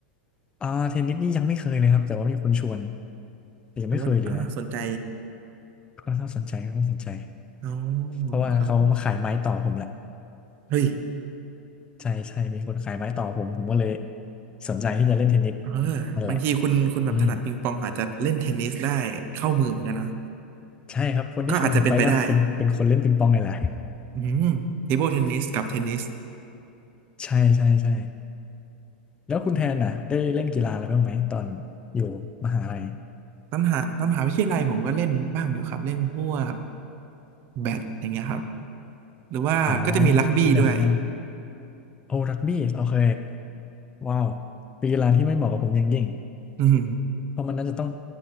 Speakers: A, on the left; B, on the right.
A: อ่าเทนนิสนี่ยังไม่เคยเลยครับแต่ว่ามีคนชวนแต่ยังไม่เคยเลยนะ
B: หรือว่าอ่าสนใจ
A: ก็น่าสนใจก็น่าสนใจ
B: อ๋อ
A: เพราะว่าเขามาขายไม้ต่อผมแหละ
B: ครับผมเฮ้ย
A: ใช่ใช่มีคนขายไม้ต่อผมผมก็เลยสนใจที่จะเล่นเทนนิส
B: เออบางทีคุณคุณแบบถนัดปิงปองอาจจะเล่นเทนนิสได้เข้ามือเหมือนกันเนอะ
A: นั่นแหละอืมใช่ครับคนที่ชวนผมไปก็เป็นเป็นคนเล่นปิงปองนี่แหละ
B: ก็อาจจะเป็นไปได้อืมเทเบิลเทนนิสกับเทนนิส
A: ใช่ใช่ใช่แล้วคุณแทนน่ะได้เล่นกีฬาอะไรบ้างไหมตอนอยู่มหาลัย
B: ตามหาตามหาวิทยาลัยผมก็เล่นบ้างอยู่ครับเล่นพวกแบดอย่างเงี้ยครับหรือว่าก็จะมีรักบี้ด้วย
A: อ๋อตีแบดเหมือนกันโอ้รักบี้โอเคว้าวเป็นกีฬาที่ไม่เหมาะกับผมอย่างยิ่ง
B: อืม
A: เพราะมันน่าจะต้อง